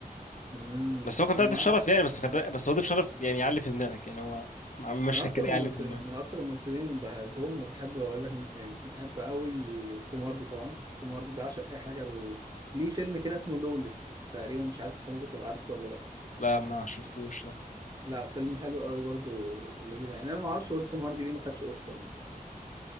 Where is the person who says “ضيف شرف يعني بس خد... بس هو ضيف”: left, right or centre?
Left